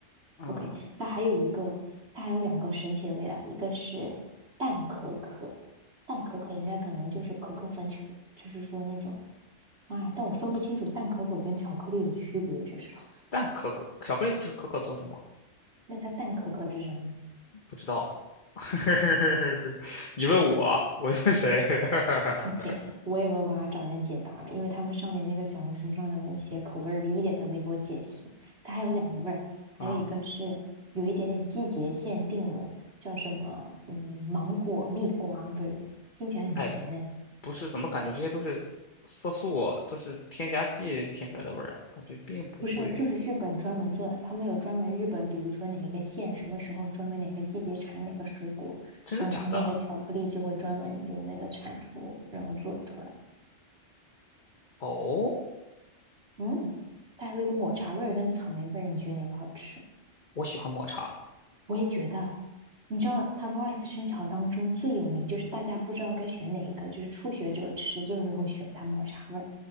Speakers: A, on the left; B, on the right.
A: 嗯，
B: OK，它还有一个，它还有两个神奇的味道，一个是淡可可，淡可可应该可能就是可可粉去就是说那种，哎，但我分不清楚淡可可跟巧克力的区别，有些时候。
A: 但可可巧克力不就是可可做的吗？
B: <laughs> 那它淡可可是什么呢
A: 不知道，<laughs> 你问我，我问谁？<laughs>
B: ？OK，我也没有办法找人解答了，因为他们上面那个小红书上的那口味儿的一点都没给我解析。它还有两个味儿，还有一个是有一点点季节限定的，
A: 啊、
B: 叫什么？嗯，芒果蜜瓜味儿，听起来很甜哎。
A: 哎，不是怎么感觉这些都是色素，都是添加剂添出来的味儿啊？感觉并不会，
B: 不是，就是日本专门做的，他们有专门日本，比如说哪一个县什么时候专门哪个季节产哪个水果，
A: 真的假的？
B: 然后它那个巧克力就会专门用那个产出，然后做出来。
A: 哦，
B: 嗯，它还有一个抹茶味儿跟草莓味儿，你觉得哪个好吃？
A: 我喜欢抹茶，
B: 我也觉得，你知道它 r i c e 生巧当中最有名，就是大家不知道该选哪一个，就是初学者吃就是会选它抹茶味儿。